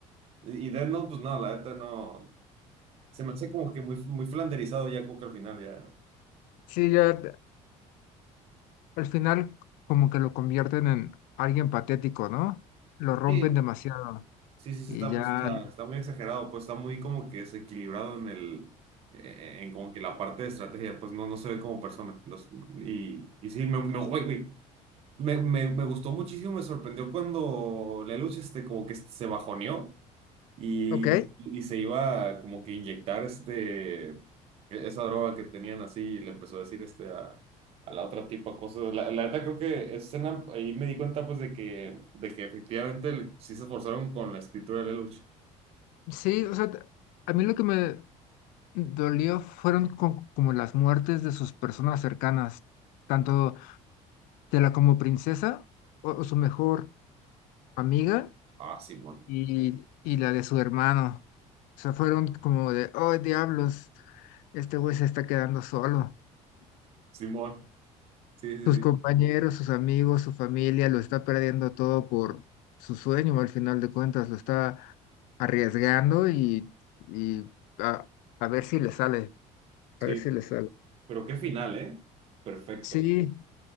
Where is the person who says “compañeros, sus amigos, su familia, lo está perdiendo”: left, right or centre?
Left